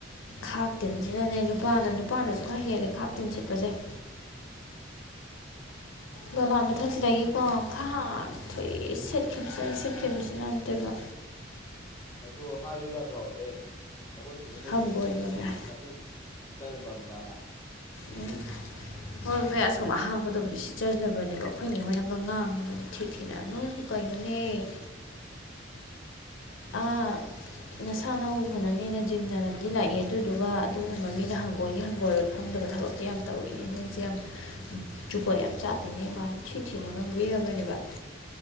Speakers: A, on the left; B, on the left.
A: ꯈꯥꯛ ꯇꯤꯟꯁꯤꯅꯅꯦ ꯅꯨꯄꯥꯅ ꯅꯨꯄꯥꯅꯁꯨ ꯈꯔ ꯍꯦꯜꯂꯦ ꯈꯥꯛ ꯇꯤꯟ ꯁꯤꯠꯄꯁꯦ <inaudible> ꯗꯣꯂꯥꯟ ꯃꯊꯛꯁꯤꯗꯒꯤꯀꯣ ꯈꯥꯛ ꯊꯨꯏ ꯁꯦꯠꯈꯤꯕꯁꯤꯅ ꯁꯦꯠꯈꯤꯕꯁꯤꯅ ꯑꯝꯇꫭꯏꯕ
B: ꯑꯗꯨ ꯍꯥꯏꯌꯨ ꯌꯥꯗ꯭ꯔꯣ ꯑꯦ ꯑꯩꯈꯣꯏ ꯁꯤꯗ ꯂꯩꯔꯤꯁꯦ
A: ꯍꯪꯒꯣꯏꯕ
B: ꯌꯨꯝꯅꯤ ꯅꯣꯏ
A: ꯃꯌꯥꯝ
B: ꯅꯥꯇꯤꯟ ꯁꯤꯠꯇꯕꯥꯝꯂꯥꯅ
A: ꯎꯝ ꯍꯣꯏ ꯃꯣꯏ ꯑꯁꯣꯝ ꯑꯍꯥꯡꯕꯗꯕꯨꯗꯤ ꯁꯤꯠꯆꯖꯕꯅꯦꯕ ꯑꯩꯈꯣꯏꯅꯤꯉꯣꯏꯅꯒ ꯉꯥꯡꯉꯕꯅꯤ ꯊꯤ ꯊꯤꯅ ꯅꫭꯏ ꯀꯣꯅꯦ ꯑꯥ ꯅꯁꯥ ꯅꯎ ꯐꯅꯉꯦꯅ ꯖꯤꯝ ꯁꯥꯟꯅꯕꯗꯤ ꯂꯥꯛꯏ ꯑꯗꯨꯗꯨꯒ ꯑꯗꯨꯒꯨꯝꯕ ꯃꯤꯅ ꯍꯪꯒꯣꯏꯅꯤ ꯍꯪꯒꯣꯏꯔꯣꯏ ꯈꯪꯗꯕ ꯊꯕꯛꯇꯤ ꯌꯥꯝ ꯇꯧꯋꯤꯅꯦ ꯅꯣꯏꯁꯦ ꯌꯥꯝ ꯖꯨꯒꫭꯠ ꯌꯥꯝ ꯆꯥꯇꯤꯅꯦ ꯀꯥꯏꯅ ꯊꯤ ꯊꯤꯅ ꯉꯝꯕꯤꯔꯕꯅꯦꯕ